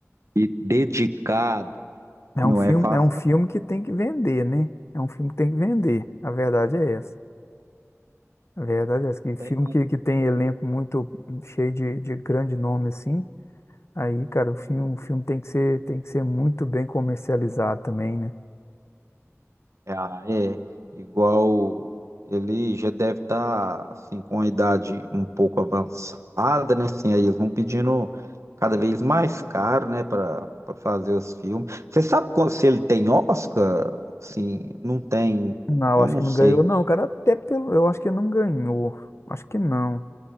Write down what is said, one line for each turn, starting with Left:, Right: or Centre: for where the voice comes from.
Right: e dedicado
Left: É
Right: não
Left: um filme,
Right: é fácil,
Left: é um filme que tem que vender, né? É um filme que tem que vender. A verdade é essa. A verdade é essa. Que filme
Right: não.
Left: que, que tem elenco muito cheio de, de grande nome assim, aí, cara, o filme, o filme tem que ser, tem que ser muito bem comercializado também, né?
Right: Ah, é. Igual ele já deve estar assim com a idade um pouco avançada, né? Assim, aí eles vão pedindo cada vez mais caro, né, para fazer os filmes. Você sabe qual- se ele tem Oscar? Assim, não tem,
Left: Não,
Right: eu
Left: eu acho
Right: não
Left: que
Right: sei.
Left: não ganhou, não, cara. Até pelo, eu acho que não ganhou. Acho que não.